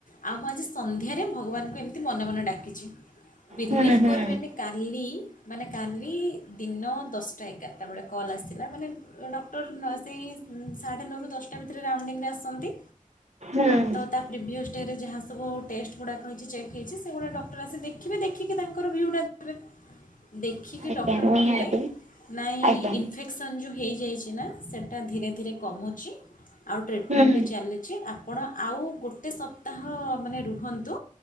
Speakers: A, on the left; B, on the right.
A: ଆଉ ମୁଁ ଆଜି ସନ୍ଧ୍ୟାରେ ଭଗବାନଙ୍କୁ ଏମିତି ମନ ମନେ ଡାକିଛି ବିଲିଭ୍
B: ହୁଁ ହୁଁ
A: କରିବେନି କାଲି ମାନେ କାଲି ଦିନ ଦଶଟା ଏଗାରଟା ବ କଲ ଆସା ମାନେ ଡକ୍ଟର ସେଇ ସାଢ଼େ ନଅରୁ ଦଶଟା ଭିତରେ ରାଉଣ୍ଡିଙ୍ଗରେ ଆସନ୍ତି।
B: ହୁଁ
A: ତ ତା ପ୍ରିଭିଅସ୍ ରେ ଯାହା ସବୁ ଟେଷ୍ଟ ଗୁଡ଼ାକ ହେଇଛି ଚେକ୍ ହେଇଛି ସେଗୁଡ଼ା ଡକ୍ଟର ଆସି ଦେଖିବେ ଦେଖିକି ତାଙ୍କର ଭିୁଟା ଦେବେ। ଦେଖିକି
B: ଆଜ୍ଞା
A: ଡକ୍ଟର କହିଲେ
B: ନିହାତି
A: ନାଇଁ
B: ଆଜ୍ଞା
A: ଇନଫେକ୍ସନ୍ ଯେଉଁ ହୋଇଇଯାଇଛି ନା ସେଇଟା ଧୀରେ ଧୀରେ କମୁଛି। ଆଉ ଟ୍ରିଟମେଣ୍ଟ
B: ହୁଁ
A: ବି ଚାଲିଛି ଆଉ ଆପଣ ଆଉ ଗୋଟେ ସପ୍ତାହ ମାନେ ରୁହନ୍ତୁ